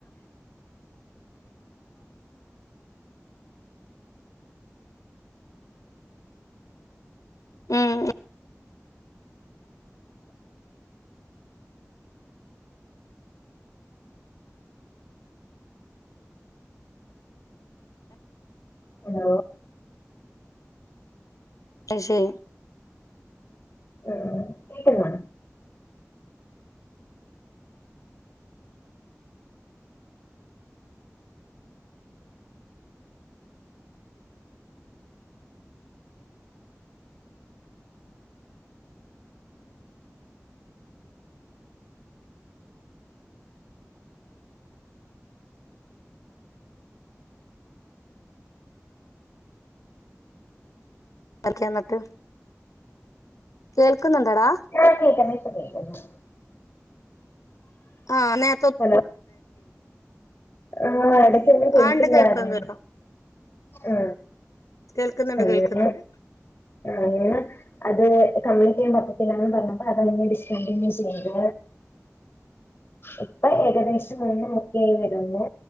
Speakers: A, on the left; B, on the left.
A: ഉം
B: ഹലോ
A: അയ്ശെരി
B: ഉം കേക്ക ക്കവേണ
A: പഠിക്കാ എന്നിട്ട് കേൾക്കുന്നുണ്ടോടാ
B: ആ കേക്ക്ന്ന് ഇപ്പ കെക്ക്ന്ന്
A: ആന്നെ
B: ഹലോ ആ എടക്കൊന്നും കേട്ടില്ലാര്ന്ന്
A: ആ ഉണ്ട് കേൾക്കാം കേൾക്കാം
B: ആ
A: കേൾക്കുന്നുണ്ട്
B: അങ്ങെ
A: കേൾക്കുന്നുണ്ട്
B: അങ്ങെ അത് കമ്മ്യൂക്ക് ചെയ്യാൻ പറ്റത്തില്ലന്ന് പറഞ്ഞപ്പോ അതാണ് ഡിസ്കണ്ടിന്യൂ ചെയ്ത് ഇപ്പൊ ഏകദേശം ഒന്ന് നോക്ക വരുന്നു